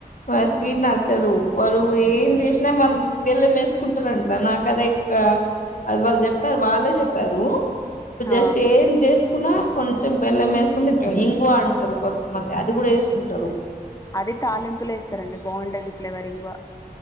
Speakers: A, on the left; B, on the left.
A: ఫస్ట్ స్వీట్ నచ్చదు వాళ్ళు ఏం చేస్ మనం బెల్లం ఏస్కుంటరంట నాక్ అదే ఎక్కా అది వాళ్ చెప్తార్ వాళ్ళే చెప్తారు.
B: ఆ
A: జస్ట్ ఏం చేస్కున్నా కొంచెం బెల్లం ఏస్కొన్ తింట ఇంగువ అంటరు కొం త మంది అది కూడా ఏస్కుంటరు.
B: అది తాలింపుల ఏస్తారండి బాగుంటది ఫ్లేవర్ ఇంగువ